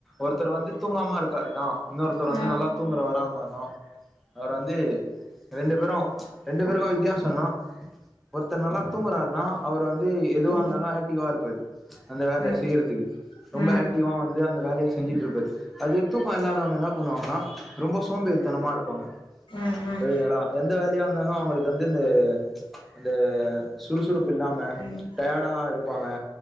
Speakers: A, in the centre; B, on the left (about 75°).
A: ஒருத்தர் வந்து தூங்காம இருக்காரு தா இன்னொருத்தர்
B: ம்
A: வந்து நல்லா தூங்குறவரா இருந்தன்னோ அவரு வந்து ரெண்டு பேரு ரெண்டு பேருக்கு வித்தியாசோ என்னன்னா ஒருத்தர் நல்லா தூங்குறாருன்னா அவுரு வந்து எதுவா
B: ம்
A: இருந்தாலு ஆக்டிவா இருப்பாரு அந்த வேல
B: ம்
A: செய்யறதுக்கு ரொம்ப
B: ம்
A: ஆக் டிவா வந்து அந்த வேலய செஞ்சிட்டு இருப்பாரு அதே தூக்க இல்லாதவுங்க என்னா பண்ணுவாங்கன்னா ரொம்போ சோம்பேரித்தனமா இருப்பாங்க
B: ம் ம்
A: செரிங்களா எந்த வேலயா இருந்தாலு அவுங்களுக்கு வந்து இந்த இது சுறுசுறுப்பு இல்லாம
B: ம்
A: டயர்டா தா இருப்பாங்க